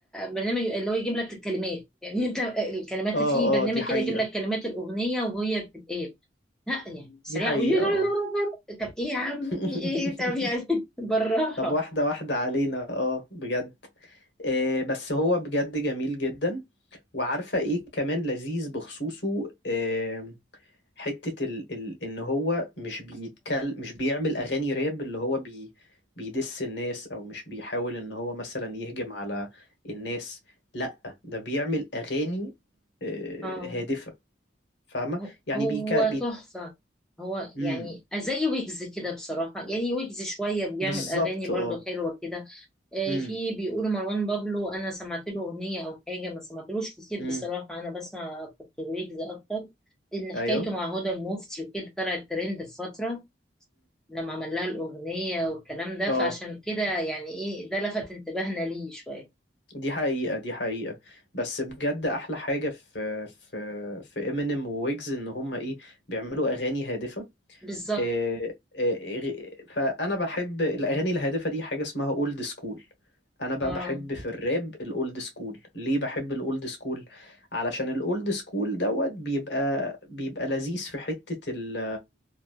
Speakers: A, in the centre; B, on the left.
A: برنامج اللي هو يجيب لك الكلمات يعني انت الكلمات
B: اه
A: في برنامج
B: اه دي حقيقة
A: كده يجيب لك كلمات الاغنيه وهي بتتقال لا يعني سريع
B: دي حقيقة
A: قوي لا لا
B: اه
A: لا لا لا. طب ايه يا عمي
B: <laughs>
A: ايه طب يعني <laughs> بالراحه
B: طب واحدة واحدة علينا اه بجد آه بس هو بجد جميل جدا وعارفة ايه كمان لذيذ بخصوصه آه حتة ال ال ان هو مش بيتكل مش بيعمل اغاني راب اللي هو بي بيدس الناس او مش بيحاول ان هو مثلا يهجم على الناس لا ده بيعمل اغاني آه
A: اه
B: هادفة فاهمة
A: هو
B: يعني
A: هو
B: بيك بي...
A: تحفة هو
B: مم،
A: يعني زي ويجز كده بصراحة يعني ويجز شوية بيعمل
B: بالظبط
A: أغاني برضو
B: اه
A: حلوة كده آه،
B: امم
A: في بيقولوا مروان بابلو أنا سمعت له أغنية أو حاجة ما سمعتلوش كتير
B: امم
A: بصراحة أنا بسمع كنت ويجز أكتر لأن
B: ايوه
A: حكايته مع هدى المفتي وكده طلعت ترند في فترة لما عمل لها الأغنية والكلام ده
B: اه
A: فعشان كده يعني إيه ده لفت انتباهنا ليه شوية
B: دي حقيقة دي حقيقة بس بجد أحلى حاجة في في في امينيم وويجز إن هما إيه بيعملوا أغاني هادفة
A: بالظبط
B: إيه إيه فأنا بحب الأغاني الهادفة دي حاجة اسمها أولد سكول أنا بقى
A: اه
B: بحب في الراب الأولد سكول ليه بحب الأولد سكول علشان الأولد سكول دوت بيبقى بيبقى لذيذ في حتة ال